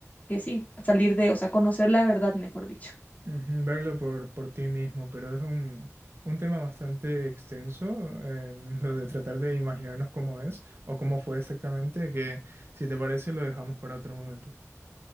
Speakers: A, on the left; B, on the right.
A: que sí, salir de, o sea, conocer la verdad, mejor dicho.
B: Ujú, Verlo por, por ti mismo, pero es un, un tema bastante extenso, eh, <laughs> lo de tratar de imaginarnos cómo es o cómo fue exactamente, que si te parece lo dejamos para otro momento.